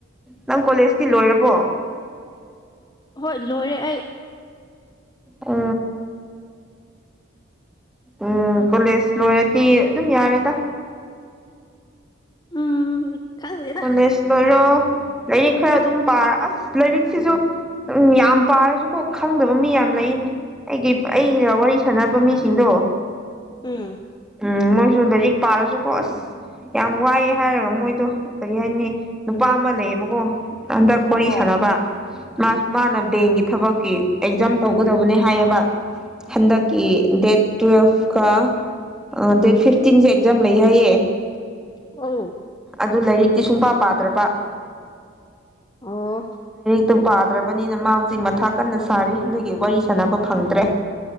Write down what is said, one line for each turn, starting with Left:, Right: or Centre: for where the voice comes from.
Centre: ꯅꯪ ꯀꯣꯂꯦꯖꯇꯤ ꯂꯣꯏꯔꯕꯣ
Left: ꯍꯣꯏ ꯂꯣꯏꯔꯦ ꯑꯩ
Centre: ꯑ ꯎꯝ ꯀꯣꯂꯦꯖ ꯂꯣꯏꯔꯗꯤ ꯑꯗꯨꯝ ꯌꯥꯔꯦꯗ
Left: ꯎꯝ ꯈꯪꯗꯦꯗ
Centre: ꯀꯣꯂꯦꯖ ꯂꯣꯏꯔꯣ ꯂꯥꯏꯔꯤꯛ ꯈꯔ ꯑꯗꯨꯝ ꯄꯥꯔ ꯑꯁ ꯂꯥꯏꯔꯤꯛꯁꯤꯁꯨ ꯎꯝ ꯌꯥꯝ ꯄꯥꯔꯁꯨꯀꯣ ꯈꯪꯗꯕ ꯃꯤ ꯌꯥꯝ ꯂꯩꯅꯦ ꯑꯩꯒꯤ ꯑꯩꯒ ꯋꯥꯔꯤ ꯁꯥꯟꯅꯕ ꯃꯤꯁꯤꯡꯗꯣ
Left: ꯎꯝ
Centre: ꯎꯝ ꯃꯣꯏꯁꯨ ꯂꯥꯏꯔꯤꯛ ꯄꯥꯔꯁꯨꯀꯣ ꯑꯁ ꯌꯥꯝ ꯋꯥꯏꯑꯦ ꯍꯥꯏꯔꯒ ꯃꯣꯏꯗꯣ ꯀꯔꯤ ꯍꯥꯏꯅꯤ ꯅꯨꯄꯥ ꯑꯃ ꯂꯩꯌꯦꯕꯀꯣ ꯍꯟꯗꯛ ꯋꯥꯔꯤ
Left: ꯑꯣ
Centre: ꯁꯥꯟꯅꯕ ꯃꯥꯁꯨ ꯃꯥꯅ ꯕꯦꯡꯒꯤ ꯊꯕꯛꯀꯤ ꯑꯦꯛꯖꯥꯝ ꯇꯧꯒꯗꯕꯅꯦ ꯍꯥꯏꯌꯦꯕ ꯍꯟꯗꯛꯀꯤ ꯗꯦꯠ ꯇꯨꯋꯦꯜꯐꯀ ꯑ ꯗꯦꯠ ꯐꯤꯐꯇꯤꯟꯁꯦ ꯑꯦꯛꯖꯥꯝ ꯂꯩ ꯍꯥꯏꯌꯦ
Left: ꯑꯧ
Centre: ꯑꯗꯨ ꯂꯥꯏꯔꯤꯛꯇꯤ ꯁꯨꯡ ꯄ ꯄꯥꯗ꯭ꯔꯕ
Left: ꯑꯣ
Centre: ꯑꯗꯨ ꯄꯥꯗ꯭ꯔꯕꯅꯤꯅ ꯃꯥ ꯍꯧꯖꯤꯛ ꯃꯊꯥ ꯀꯟꯅ ꯁꯥꯔꯤ ꯅꯣꯏꯒꯤ ꯋꯥꯔꯤ ꯁꯥꯟꯅꯕ ꯐꯪꯗ꯭ꯔꯦ